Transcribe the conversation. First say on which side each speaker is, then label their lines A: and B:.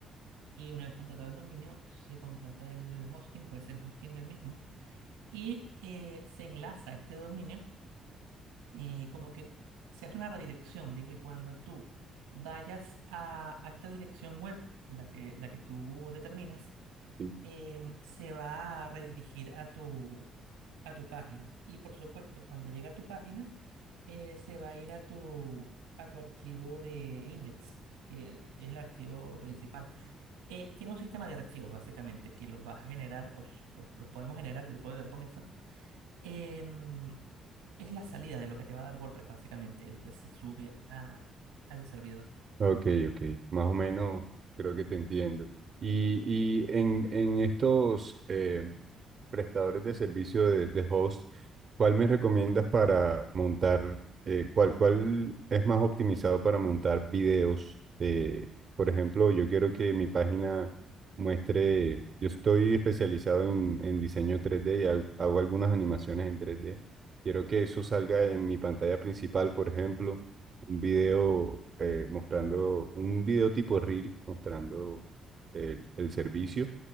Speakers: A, on the right (about 80°); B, on the right (about 50°).
A: y una vez contratado el dominio se contrata el hosting, puede ser Hostinger mismo, y eh, se enlaza este dominio y como que se hace una redirección de que cuando tú vayas a, a esta dirección web, la que, la que tú determines,
B: Sí.
A: em, se va a redirigir a tu, a tu página. Y por supuesto, cuando llega a tu página, eh, se va a ir a tu, a tu archivo de index, que es el archivo principal. Eh, tiene un sistema de archivos, básicamente, que los vas a generar, o s- lo- los, podemos generar, yo te puedo ayudar con eso. Em, es la salida de lo que te va a dar WordPress, básicamente, y después se sube a, al servidor.
B: Ok, ok. Más o menos creo que te entiendo. Y, y en, en estos eh, prestadores de servicio de, de host, ¿cuál me recomiendas para montar, eh, cuál, cuál es más optimizado para montar videos? Eh, por ejemplo, yo quiero que mi página muestre, yo estoy especializado en, en diseño 3D y al- hago algunas animaciones en 3D. Quiero que eso salga en mi pantalla principal, por ejemplo, un video eh, mostrando, un video tipo reel mostrando el el servicio.